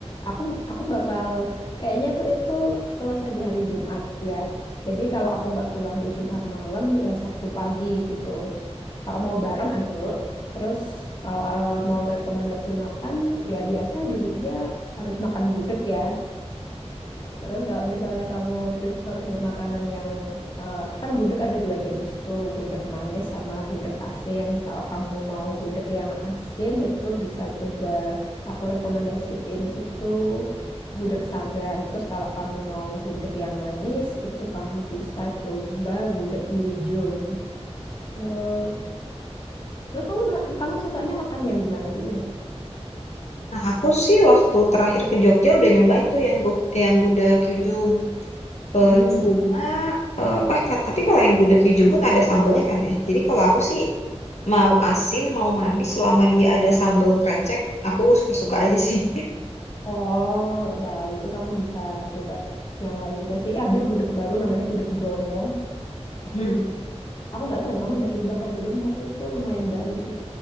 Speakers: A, on the left (about 40°); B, on the left (about 80°).
A: aku aku bakal kayaknya tuh itu selesai di hari Jumat ya. Jadi kalau aku nggak pulang di Jumat malam, ya Sabtu pagi gitu. Kalau mau bareng, ayo. Terus kalau eh, mau rekomendasi makan, ya biasa di Jogja harus makan gudeg ya. Terus kalau misalnya kamu prefer makanan yang eh, kan gudeg ada dua jenis tuh, gudeg manis sama gudeg asin. Kalau kamu mau gudeg yang asin itu bisa coba aku rekomendasiin itu gudeg Sagan. Terus kalau kamu mau gudeg yang manis itu kamu bisa coba gudeg Iujum. Terus terus kamu ma- kamu sukanya makan yang gimana dulu nih?
B: Nah, aku sih waktu terakhir ke Jogja udah nyobain tuh yang gu yang gudeg Kyujum. Eh,
A: Hmm,
B: cuma, eh eh, ka- tapi kalau yang gudeg Kyujum pun ada sambelnya kan ya. Jadi kalau aku sih mau asin, mau manis, selama dia ada sambel krecek, aku suka-suka aja sih. <laughs>
A: Oh, ya kalau gitu kamu bisa coba yang lain juga sih. Eh, ada gudeg baru namanya gudeg Bromo. Itu
B: Hmm.
A: aku nggak tahu ya kamu udah coba apa belum, tapi itu lumayan baru sih.